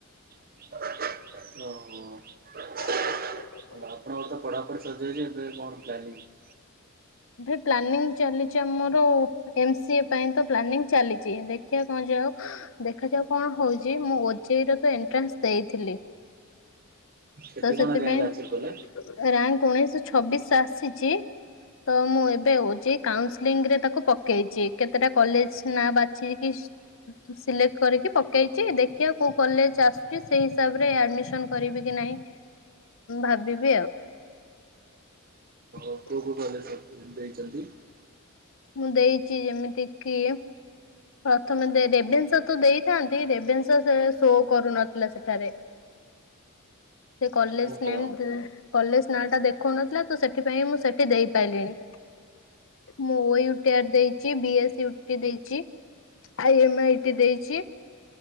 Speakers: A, on the right; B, on the left.
A: <inaudible>
B: <inaudible>
A: <inaudible> <inaudible>
B: ଭେ ପ୍ଲାନିଂ ଚାଲିଚି ଆମର ଏମ୍ ସିଏ ପାଇଁ ତ ପ୍ଲାନିଂ ଚାଲିଚି, ଦେଖିଆ କ'ଣ ଯେ ଦେଖାଯାଉ କ'ଣ ହଉଚି, ମୁଁ ଓଜେଇ ର ତ ଏଣ୍ଟ୍ରାନ୍ସ ଦେଇଥିଲି। ତ,
A: କେତେ କଣ
B: ସେଥିପାଇଁ
A: ରିଆଙ୍କ ଆଚିଭ୍ କଲେ?
B: ରାଙ୍କ୍ ଉଣେଇଶ୍ ଛବିଶ୍ ଆସିଚି। ତ ଏବେ, ମୁଁ ଓଜେଇ କାଉସିଲିଂରେ ତାକୁ ପକେଇଚି। କେତେଟା କଲେଜ ନା ବାଛି କି ସିଲେକ୍ଟ କରିକି ପକେଇଚି, ଦେଖିଆ କଉ କଲେଜ ଆସ୍ଚି। ସେଇ ହିସାବ୍ ରେ ଆଡ୍‌ମିଶନ୍‌ କରିବି କି ନାଇଁ ଭାବିବି ଆଉ। <inaudible>
A: <inaudible>
B: ମୁଁ ଦେଇଚି, ଏମିତି କିି ପ୍ରଥମେ ରେଭେନ୍ସା ତ ଦେଇଥାନ୍ତି, ରେଭେନ୍ସା ସୋ କରୁନଥିଲା। ସେଠାରେ ସେ କଲେଜ
A: ଓହୋ
B: ନେମ୍ କଲେଜ ନାଁ ଟା ଦେଖଉ ନଥିଲା। ତ, ସେଠି ପାଇଁ ମୁଁ ସେଠି ଦେଇ ପାଇଲିଣି। ମୁଁ ଓୟୁ---ଦେଇଚି, ବି ଏସ୍ ଟି ଦେଇଚି। ଆଇ ଏମ୍ ଆଇଟି ଦେଇଚି।